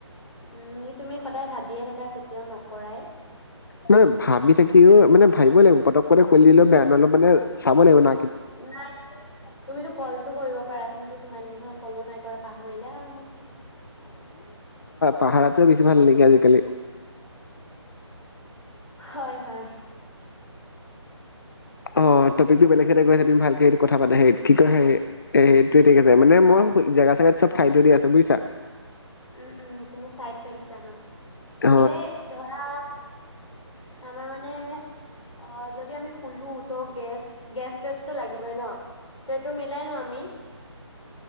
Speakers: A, on the left; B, on the left.
A: উম ই তুমি সদায় ভাবিয়ে থাকা কেতিয়াও নকৰাই।
B: নহ ভাবি থাকিও মানে ভাবিবই লাগিব পতক খুলি দিলে বেয়া নহ অলপ মানে চাব লাগিব ন।
A: নাই তুমিতো কলটো কৰিব পাৰা তুমিতো। কিমান দিন হ'ল। কলো নাই কৰা পাহৰিলে আৰু মোক।
B: পাহাৰটোৱে বেছি ভাল নেকি? আজিকালি
A: <inaudible> হয় হয়।
B: অ টপিকটো বেলেগ সৈতে গই তুমি ভালকে স কথা পা হে কি কয় হে সেইটোৱে ঠিক আছে মানে মই জোগা চেগাত চব খাই দিউ আছে বুজিছা।
A: উম, উম, তুমি চাই থৈ দিছা ন?
B: অ
A: এনে ধৰা আমাৰ মানে অ যদি আমি শুলো তো গেছ গেছ। চেষ্টটো লাগিবই ন ত এইটো মিলাই লও আমি